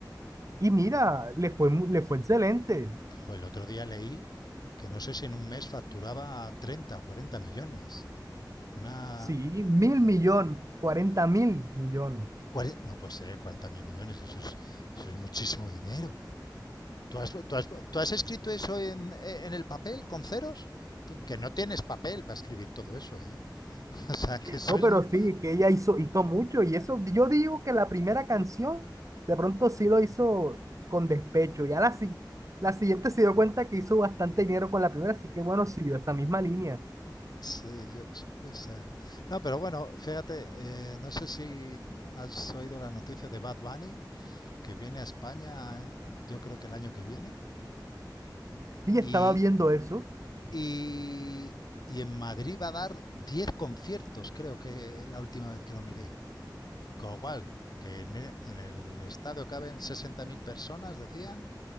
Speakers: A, on the right; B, on the left.
A: Y mira, le fue, mu- le fue excelente.
B: Jo, el otro día leí que no sé si en un mes facturaba 30 o 40 millones. Una,
A: Sí, mil millones, cuarenta mil millones.
B: Cuare- No puede ser 40 mil millones, eso es, eso es muchísimo dinero. ¿Tú has, tú has- tú has escrito eso en, en el papel con ceros? Tú- Que no tienes papel para escribir todo eso, ¿eh? <laughs> O sea, que eso
A: No,
B: es...
A: pero
B: mu-
A: sí, que ella hizo, hizo mucho y eso, yo digo que la primera canción de pronto sí lo hizo con despecho, ya la, si- la siguiente se dio cuenta que hizo bastante dinero con la primera, así que bueno, siguió esa misma línea.
B: Sí, yo- puede ser. No, pero bueno, fíjate, eh, no sé si has oído la noticia de Bad Bunny, que viene a España, yo creo que el año que viene,
A: Sí,
B: y,
A: estaba viendo eso.
B: y, y en Madrid va a dar 10 conciertos, creo que la última vez que lo miré. Con lo cual, que en e- en el estadio caben 60.000 personas, decían,